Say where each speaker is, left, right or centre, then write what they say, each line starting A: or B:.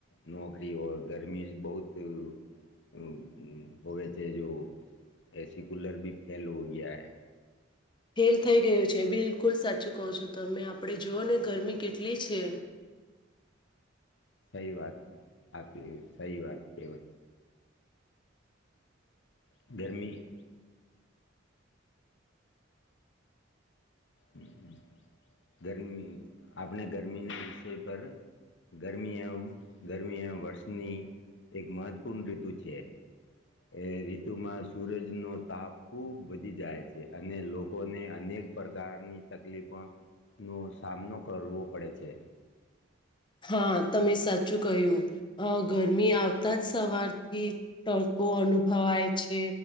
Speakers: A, on the left (about 65°); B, on the left (about 25°).
A: નોકરીઓર ગરમી બહુત હમ હમ હોવે છેે જો એસી કૂુલર ભી ફેલ હો ગયા હૈ
B: ફેલ થઈ ગયું છે બિલકુલ સાચું કહો છો તમે આપડે જોવો ને ગરમી કેટલી છે
A: સહી વાત આપલી સહી વાત છે ગરમી હમ ગરમી આપણે ગરમીના વિષય પર ગરમી આવ ગરમી આ વર્ષની એક મહત્વપૂર્ણ ઋતુ છે એ ઋતુમાં સૂરજનો તાપ ખૂબ વધી જાય છે અને લોકોને અનેક પ્રકારની તકલીફો નો સામનો કરવો પડે છે
B: હા તમે સાચું કહ્યું અ ગરમી આવતા જ સવારથી તડકો અનુભવાય છે